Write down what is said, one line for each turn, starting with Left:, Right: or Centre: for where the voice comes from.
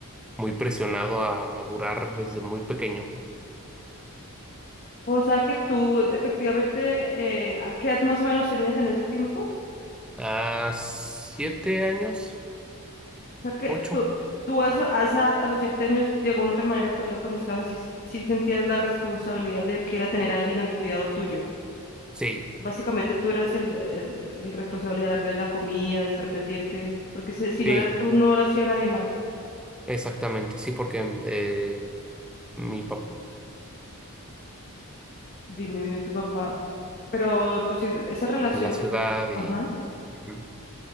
Centre: muy presionado a madurar desde muy pequeño.
Left: o sea que tú efectivamente, eh, ¿a qué edad más o menos tenías en ese tiempo?
Centre: A siete años,
Left: O sea que
Centre: ocho.
Left: tú, tú a, eso- a esa edad, a los siete años, de alguna otra manera, pues ya cuando estabas así, sí sentías la responsabilidad de que era tener a alguien al cuidado tuyo.
Centre: Sí,
Left: Básicamente tú eras el, el, el responsable de darle la comida, de estar pendiente, porque se- si no
Centre: sí,
Left: eras tú, no lo hacía nadie más.
Centre: exactamente, sí, porque eh, mi papá
Left: Dime, mi- tu papá. Pero tú sientes esa relación.
Centre: en la ciudad y
Left: Ajá,
Centre: ujú.